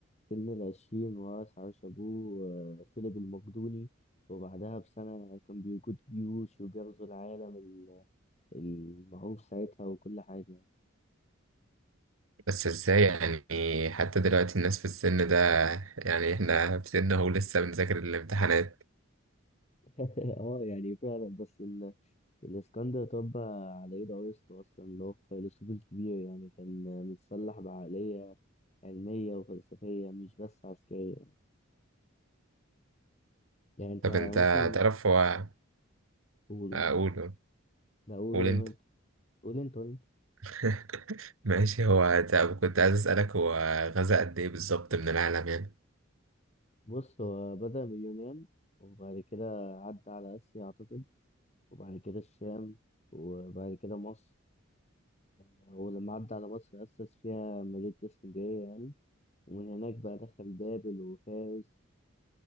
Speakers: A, on the left (about 30°); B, on the right (about 80°).
A: سن العشرين ورث عرش ابوه آه، فيليب المقدوني وبعدها بسنه كان بيقود جيوش وبيغزو العالم ال- المعروف ساعتها وكل حاجه يعني
B: بس ازاي يعني حتى دلوقتي الناس في السن ده يعني احنا في سن اهو لسه بنذاكر الامتحانات
A: <laughs> اه يعني فعلا بس الاسكندر طب على ايد ارسطو اصلا اللي هو الفيلسوف الكبير يعني كان متسلح بعقلية علمية وفلسفية مش بس عسكرية يعني انت
B: طب انت
A: مثلا
B: تعرف هو
A: قوله
B: اقوله
A: لا قوله
B: قول انت
A: انت قول انت قول انت
B: <laughs> ماشي هو طب كنت عايز اسالك هو غزا قد ايه بالظبط من العالم يعني
A: بص هو بدأ من اليونان وبعد كده عدى على آسيا أعتقد وبعد كده الشام وبعد كده مصر ولما عدى على مصر أسس فيها مدينة اسكندرية يعني ومن هناك بقى دخل بابل وفارس